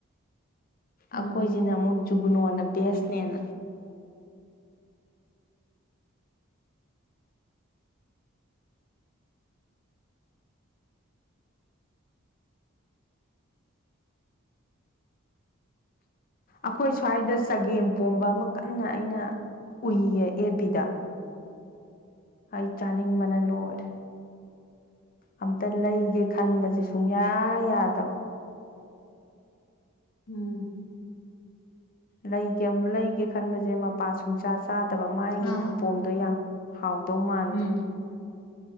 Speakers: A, on the left; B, on the left.
A: ꯑꯈꯣꯏꯖꯤꯅ
B: ꯎꯝ
A: ꯑꯃꯨꯛ ꯖꯨꯒꯨꯅꯣꯅ ꯕꯦꯁꯅꯦꯅ ꯑꯩꯈꯣꯏ ꯁ꯭ꯋꯥꯏꯗ ꯆꯒꯦꯝ ꯄꯣꯝꯕ ꯑꯃ ꯀꯟꯅ ꯑꯩꯅ ꯎꯏꯌꯦ ꯑꯦꯐ ꯕꯤꯗ ꯑꯩ ꯆꯥꯅꯤꯡꯕꯅ ꯂꯣꯏꯔꯦ ꯑꯝꯇ ꯂꯩꯒꯦ ꯈꯟꯕꯖꯦ ꯁꯨꯡꯌꯥ ꯌꯥꯗꯕ
B: ꯎꯝ
A: ꯂꯩꯒꯦꯝ ꯂꯩꯒꯦ ꯈꯟꯕꯁꯦ ꯃꯄꯥ ꯁꯨꯡꯆꯥ ꯆꯥꯗꯕ ꯃꯥꯒꯤ
B: ꯑꯥ
A: ꯈꯨꯄꯣꯝꯗꯣ ꯌꯥ ꯍꯥꯎꯗꯧ ꯃꯥꯟꯕ
B: ꯎꯝ